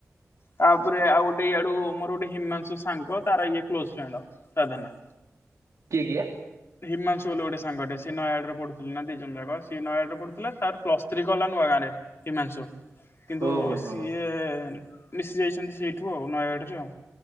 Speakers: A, on the left (about 50°); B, on the right (about 80°).
A: ତାପରେ ଆଉ ଗୋଟେ ଇଆଡୁ ମୋର ଗୋଟେ ହିମାଂଶୁ ସାଙ୍ଗ ତାର ଇଏ କ୍ଲୋଜ ଫ୍ରେଣ୍ଡ ସାଧନା
B: କିଏ କିଏ?
A: ହିମାଂଶୁ ବୋଲି ଗୋଟେ ସାଙ୍ଗ ଟେ ସଏ ନୟାଡରେ ପଢୁଥିଲେ ନା ଦି ଜ ଯାକ ସଏ ନୟାଡରେ ପଢୁଥିଲେ ଲା ତାର ପ୍ଲସ୍ ଥ୍ରୀ କଲା ନୁ ଗାଁରେ ହିମାଂଶୁ କିନ୍ତୁ
B: ଓହୋ ହୋ
A: ସିଏ।
B: ହୋ
A: ମିଶି ଯାଇଛନ୍ତି ସେଇଠୁ ଆଉ ନୟାଗଡ଼ରେ ଆଉ